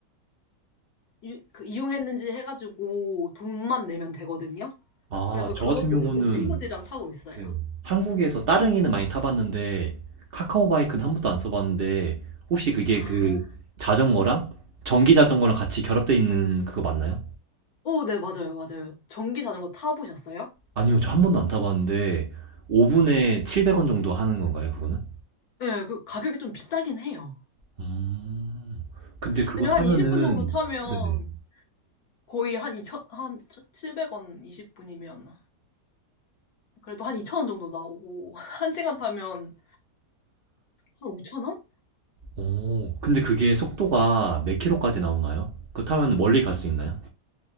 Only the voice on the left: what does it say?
유- 그 이용했는지 해가지고 돈만 내면 되거든요.
그래서
그것도
가끔 친구들이랑 타고 있어요.
아,
오, 네, 맞아요, 맞아요. 전기 자전거 타보셨어요?
네, 그 가격이 좀 비싸긴 해요.
왜냐면
한 20분 정도 타면
거의 한 이천한 700원 20분이면 그래도 한2천원 정도 나오고 <laughs> 한시간 타면 한5천원